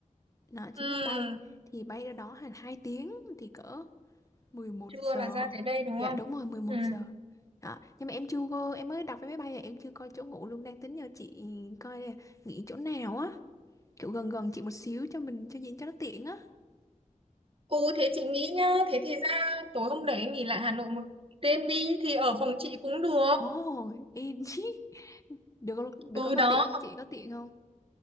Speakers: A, on the left; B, on the right.
A: Đó, 9
B: Ừ,
A: giờ bay thì bay ra đó hàng 2 tiếng thì cỡ 11
B: trưa
A: giờ.
B: là ra tới đây đúng
A: Dạ
B: không?
A: đúng rồi mười một
B: Ừ.
A: giờ. Đó, nhưng mà em chưa có em mới đọc vé máy bay à, em chưa coi chỗ ngủ luôn đang tính nhờ chị coi là nghỉ chỗ nào á, kiểu gần gần chị một xíu cho mình cho diễn cho nó tiện á.
B: Ừ, thế chị nghĩ nhá, thế thì ra tối hôm đấy em nghỉ lại Hà Nội một đêm đi, thì ở phòng chị cũng được.
A: Ồ, <laughs> em chứ. Được con-
B: Ừ
A: được con có
B: đó,
A: tiện không chị? Có tiện không?